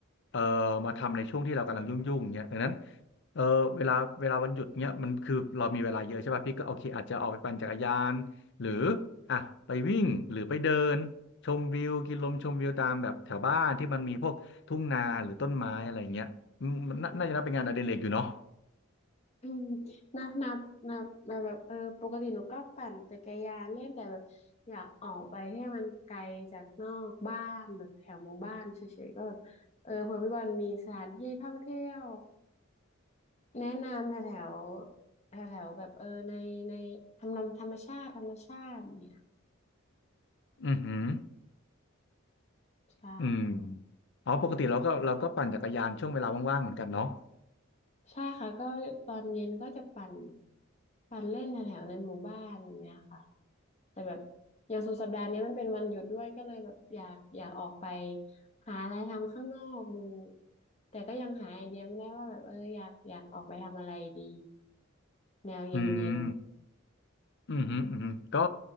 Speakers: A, on the left; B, on the left.
A: เอ่อมาทำในช่วงที่เรากำลังยุ่งๆอย่างเงี้ยดังนั้น เออเวลาเวลาวันหยุดเนี้ยมันคือเรามีเวลาเยอะใช่ป่ะพี่ก็โอเคอาจจะออกไปปั่นจักรยานหรืออ่ะไปวิ่งหรือไปเดินชมวิวกินลมชมวิวตามแบบแถวบ้านที่มันมีพวกทุ่งนาหรือต้นไม้อะไรเงี้ยอืมมันน่าน่าจะนับเป็นงานอดิเรกอยู่เนาะ
B: อืมนะนะนะแบบแบบเออปกติหนูก็ปั่นจักรยานเล่นแต่แบบอยากออกไปให้มันไกลจากนอกบ้านแบบแถวหมู่บ้านเฉยๆก็แบบเออเผื่อพี่บอลมีสถานที่ท่องเที่ยว แนะนำแถวแถวแถวแถวแบบเออในในทำนำธรรมชาติธรรมชาติเนี่ย
A: อือหือ
B: ใช่
A: อืมอ๋อปกติเราก็เราก็ปั่นจักรยานช่วงเวลาว่างๆเหมือนกันเนาะ
B: ใช่ค่ะก็ตอนเย็นก็จะปั่นปั่นเล่นแถวแถวในหมู่บ้านอย่างเงี้ยค่ะแต่แบบอย่างสุดสัปดาห์นี้มันเป็นวันหยุดด้วยก็เลยแบบอยากอยากออกไปหาอะไรทำข้างนอกดูแต่ก็ยังหาไอเดียไม่ได้ว่าแบบเอออยากอยากออกไปทำอะไรดีแนวเย็นๆ
A: อืม อืมฮึอืมฮึก็